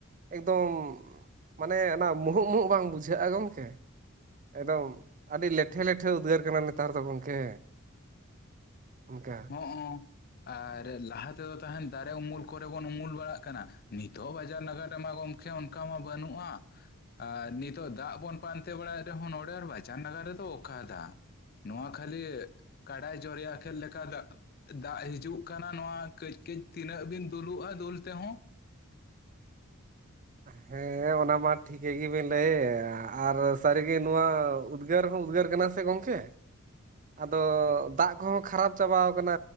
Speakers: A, on the right; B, on the left.
A: ᱮᱠᱫᱚᱢ ᱢᱟᱱᱮ ᱚᱱᱟ ᱢᱩᱦᱩᱜ ᱢᱩᱦᱩᱜ ᱵᱟᱝ ᱵᱩᱡᱷᱟᱹᱜᱼᱟ ᱜᱚᱝᱠᱮ ᱮᱠᱫᱚᱢ ᱟᱹᱰᱤ ᱞᱮᱴᱷᱮ ᱞᱮᱴᱷᱮ ᱩᱫᱽᱜᱟᱹᱨ ᱠᱟᱱᱟ ᱱᱮᱛᱟᱨ ᱫᱚ ᱜᱚᱝᱠᱮ ᱚᱱᱠᱟ
B: ᱦᱚᱜ-ᱚᱸ ᱟᱨ ᱞᱟᱦᱟ ᱛᱮᱫᱚ ᱛᱟᱦᱮᱱ ᱫᱟᱨᱮ ᱩᱢᱩᱞ ᱠᱚᱨᱮ ᱵᱚᱱ ᱩᱢᱩᱞ ᱵᱟᱲᱟᱜ ᱠᱟᱱᱟ ᱱᱤᱛᱚᱜ ᱵᱟᱡᱟᱨ ᱱᱟᱜᱟᱨ ᱨᱮᱢᱟ ᱜᱚᱢᱠᱮ ᱚᱱ ᱚᱱᱠᱟ ᱢᱟ ᱵᱟᱹᱱᱩᱜᱼᱟ ᱟᱨ ᱱᱤᱛᱚᱜ ᱫᱟᱜ ᱵᱚᱱ ᱯᱟᱱᱛᱮ ᱵᱟᱲᱟᱭᱮᱫ ᱨᱮᱦᱚᱸ ᱱᱚᱸᱰᱮ ᱵᱟᱪᱟᱱ ᱱᱟᱜᱟᱨ ᱨᱮᱫᱚ ᱚᱠᱟ ᱫᱟᱜ ᱱᱚᱣᱟ ᱠᱷᱟᱹᱞᱤ ᱠᱟᱰᱟᱭ ᱡᱚᱨᱮᱭᱟ ᱠᱮᱫ ᱞᱮᱠ ᱠᱟ ᱫᱟᱜ ᱫᱟᱜ ᱦᱤᱡᱩᱜ ᱠᱟᱱᱟ ᱱᱚᱣᱟ ᱠᱟᱹᱡ ᱠᱟᱹᱡ ᱛᱤᱱᱟᱹᱜ ᱵᱤᱱ ᱫᱩᱞᱩᱜᱼᱟ ᱫᱩᱞ ᱛᱮᱦᱚᱸ
A: ᱦᱮᱸ ᱚᱱᱟ ᱢᱟ ᱴᱷᱤᱠᱟᱹ ᱜᱮᱵᱤᱱ ᱞᱟᱹᱭᱮᱫ ᱟᱨ ᱥᱟᱹᱨᱤᱜᱮ ᱱᱚᱣᱟ ᱩᱫᱽᱜᱟᱹᱨ ᱦᱚᱸ ᱩᱫᱽᱜᱟᱹᱨ ᱠᱟᱱᱟ ᱥᱮ ᱜᱚᱝᱠᱮ ᱟᱫᱚ ᱫᱟᱜ ᱠᱚᱦᱚᱸ ᱠᱷᱟᱨᱟᱯ ᱪᱟᱵᱟᱣ ᱠᱟᱱᱟ